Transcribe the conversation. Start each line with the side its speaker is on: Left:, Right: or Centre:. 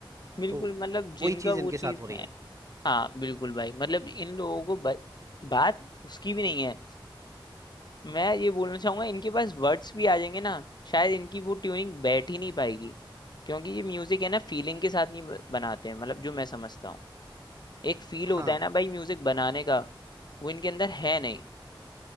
Left: बिल्कुल
Right: तो
Left: मतलब जिनका
Right: वही चीज़
Left: वो
Right: इनके साथ
Left: चीज
Right: हो रही
Left: है
Right: है
Left: हाँ बिल्कुल भाई मतलब इन लोगों को ब- बात उसकी भी नहीं है मैं ये बोलना चाहूंगा इनके पास वर्ड्स भी आ जाएंगे ना शायद इनकी वो ट्यूनिंग बैठ ही नहीं पाएगी क्योंकि ये म्यूजिक है ना फीलिंग के साथ नहीं ब- बनाते हैं मतलब जो मैं समझता हूँ एक फील
Right: हाँ
Left: होता है ना भाई म्यूजिक बनाने का वो इनके अंदर है नहीं